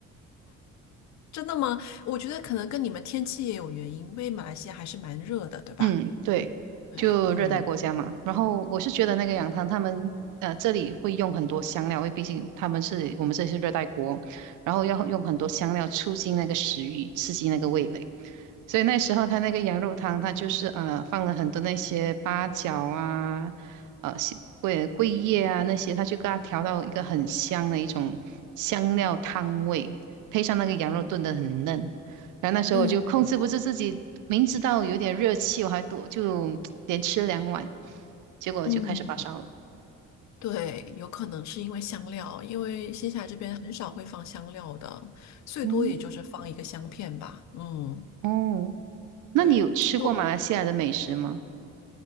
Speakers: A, on the left; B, on the right.
A: 真的吗？我觉得可能跟你们天气也有原因，因为马来西亚还是蛮热的，对吧？
B: 嗯，对，
A: 哎，
B: 就热带国家嘛。
A: 嗯
B: 然后我是觉得那个羊汤，他们呃这里会用很多香料，因为毕竟他们是我们这里是热带国，然后要用很多香料促进那个食欲，刺激那个味蕾。所以那时候他那个羊肉汤，他就是呃放了很多那些八角啊，呃西桂桂叶啊那些，他就给它调到一个很香的一种香料汤味，配上那个羊肉炖得很嫩。然后那时候我就控制不住自己，
A: 嗯
B: 明知道有点热气，我还多就连吃两碗，结果就开始发烧了。
A: 嗯，对，有可能是因为香料，因为新西兰这边很少会放香料的，最多也就是放一个香片吧。
B: 嗯，
A: 嗯，
B: 哦，那你有吃过马来西亚的美食吗？
A: 对，因为我们，